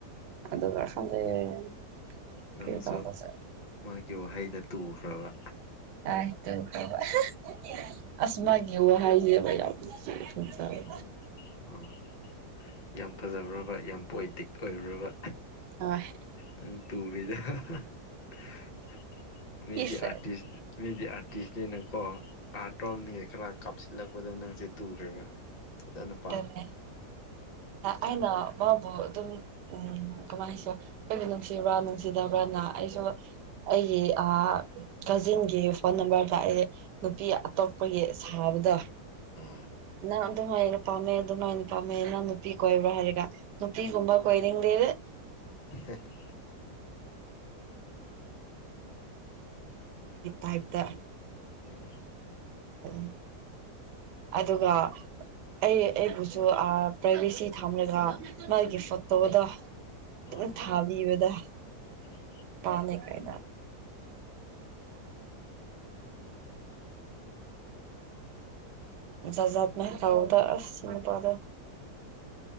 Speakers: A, on the right (about 85°); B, on the left (about 40°).
A: ꯑꯗꯨꯒ ꯁꯣꯟꯗꯩꯩ
B: ꯅꯪꯁꯨ
A: ꯀ꯭ꯔꯤ ꯇꯧꯄꯖꯦ
B: ꯃꯥꯒꯤ ꯋꯥꯍꯩꯗ ꯇꯨꯈ꯭ꯔꯕ
A: ꯑꯥꯏ ꯇꯨꯈ꯭ꯔꯕ <unintelligible> ꯑꯁ ꯃꯥꯒꯤ ꯋꯥꯍꯩꯁꯦꯕ ꯌꯥꯝ ꯐꯖꯕꯅꯦ
B: ꯎ ꯑꯥ ꯌꯥꯝ ꯐꯖꯕ꯭ꯔꯥꯕ ꯌꯥꯝ ꯄꯣꯏꯇꯤꯛ ꯑꯣꯏꯕ꯭ꯔꯕ
A: ꯍꯣꯏ
B: ꯅꯪ ꯇꯨꯔꯤꯗ <unintelligible>
A: ꯏꯁ
B: ꯗꯤ ꯑꯔꯇꯤꯁ ꯃꯤꯗꯤ ꯑꯥꯔꯇꯤꯁꯅꯦꯅꯀꯣ ꯑꯥꯔꯠ ꯔꯣꯝꯅꯤ ꯈꯔ ꯀꯥꯞꯁꯤꯜꯂꯛꯄꯗ ꯅꯪꯁꯦ ꯇꯨꯔꯦꯕ <unintelligible>
A: <unintelligible> ꯑꯩꯅ ꯃꯥꯕꯨ ꯑꯗꯨꯝ ꯎꯝ ꯀꯃꯥꯏꯅꯁꯨ ꯑꯩꯁꯨ ꯅꯨꯡꯁꯤꯕ꯭ꯔꯥ ꯅꯨꯡꯁꯤꯗꯕ꯭ꯔꯅ ꯑꯩꯁꯨ ꯑꯩꯒꯤ ꯑꯥ ꯀꯖꯤꯟꯒꯤ ꯐꯣꯟ ꯅꯝꯕꯔꯗ ꯑꯩ ꯅꯨꯄꯤ ꯑꯇꯣꯞꯄꯒꯤ ꯁꯥꯕꯗ
B: ꯑꯥ
A: ꯅ <inaudible> ꯄꯥꯝꯃꯦ ꯑꯗꯨꯃꯥꯏꯅ ꯄꯥꯝꯃꯦꯅ ꯅꯨꯄꯤ ꯀꯣꯏꯕ꯭ꯔꯥ ꯍꯥꯏꯔꯒ ꯅꯨꯄꯤꯒꯨꯝꯕ ꯀꯣꯏꯅꯤꯡꯗꯦ
B: ꯍꯦꯍꯦ
A: <inaudible> ꯄꯥꯏꯞꯇ
B: ꯎꯝ
A: ꯎ ꯑꯗꯨꯒ ꯑꯩ ꯑꯩꯕꯨꯁꯨ ꯑꯥ ꯄ꯭ꯔꯥꯏꯚꯦꯁꯤ ꯊꯝꯔꯒ ꯃꯥꯒꯤ ꯐꯣꯠꯇꯣꯗ ꯗꯨꯝ
B: ꯑꯥ
A: ꯊꯥꯕꯤꯕꯗꯥ
B: ꯎꯝ
A: ꯄꯥꯃꯦ ꯀꯥꯏꯅ ꯖꯥꯖꯠꯅꯦ ꯀꯥꯎꯗ ꯑꯁ ꯅꯨꯄꯥꯗꯣ